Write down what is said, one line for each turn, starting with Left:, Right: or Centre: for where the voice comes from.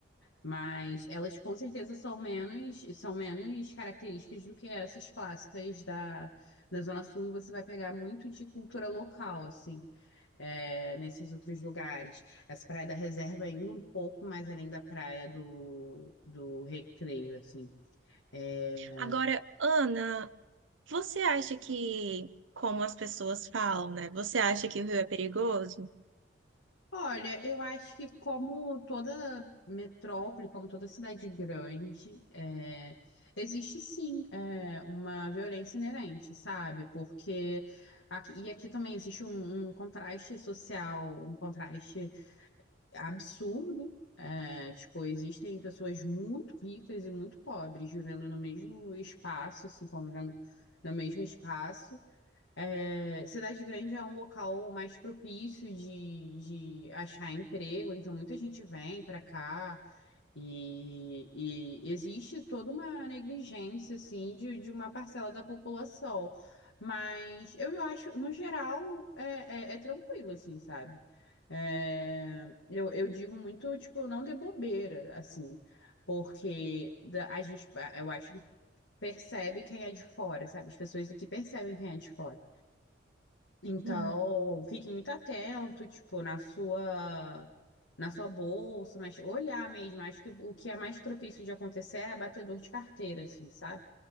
Left: Mas elas com certeza são menos, são menos características do que essas clássicas da, da Zona Sul e você vai pegar muito de cultura local, assim é, nesses outros lugares. Essa praia da reserva é indo um pouco mais além da praia do, do Recreio, assim. É,
Right: Agora, Ana, você acha que, como as pessoas falam, né? Você acha que o Rio é perigoso?
Left: Olha, eu acho que como toda metrópole, como toda cidade grande, é, existe sim é, uma violência inerente, sabe? Porque aqui, e aqui também existe um, um contraste social, um contraste absurdo. É, tipo, existem pessoas muito ricas e muito pobres vivendo no mesmo espaço, assim, convivendo no mesmo espaço. É, Cidade Grande é um local mais propício de, de achar emprego, então muita gente vem para cá. E, e existe toda uma negligência, assim, de, de uma parcela da população. Mas eu acho, no geral, é, é, é tranquilo, assim, sabe? É, eu, eu digo muito, tipo, não dê bobeira, assim, porque da- a gente, eu acho que percebe quem é de fora, sabe? As pessoas daqui percebem quem é de fora. Então,
Right: Hum.
Left: fique muito atento, tipo, na sua na sua bolsa, mas olhar mesmo, acho que o que é mais propício de acontecer é batedor de carteira, assim, sabe?